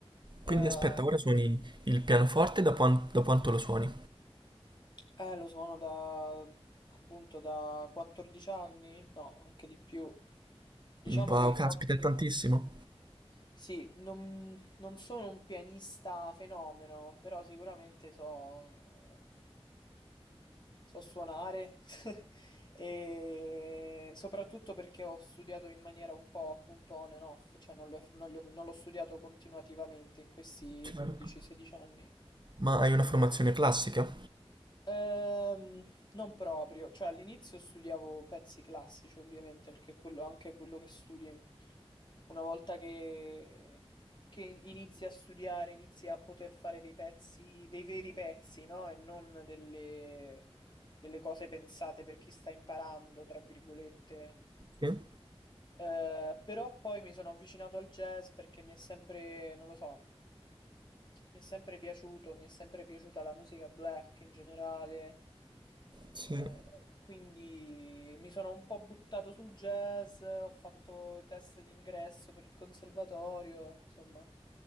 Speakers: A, on the left (about 45°); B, on the right (about 45°).
A: Eh,
B: Quindi aspetta, ora suoni il pianoforte, da, quan- da quanto lo suoni?
A: eh, lo suono da appunto da 14 anni? No, anche di più. Diciamo
B: Wow,
A: che
B: caspita,
A: ho
B: è tantissimo.
A: Sì, non, non sono un pianista fenomeno, però sicuramente so, so suonare <laughs> e soprattutto perché ho studiato in maniera un po' appunto on and off, cioè non le ho- non le ho- non l'ho studiato continuativamente in questi
B: Certo.
A: 15-16 anni.
B: Ma hai una formazione classica?
A: Ehm, non proprio, cioè all'inizio studiavo pezzi classici ovviamente perché è quello, anche quello che studi una volta che, che in- inizi a studiare, inizi a poter fare dei pezzi, dei veri pezzi, no? E non delle, delle cose pensate per chi sta imparando, tra virgolette.
B: Sì.
A: Eh, però poi mi sono avvicinato al jazz perché mi è sempre, non lo so, mi è sempre piaciuto, mi è sempre piaciuta la musica black in generale.
B: Sì.
A: Eh, quindi mi sono un po' buttato sul jazz, ho fatto test d'ingresso per il conservatorio, insomma.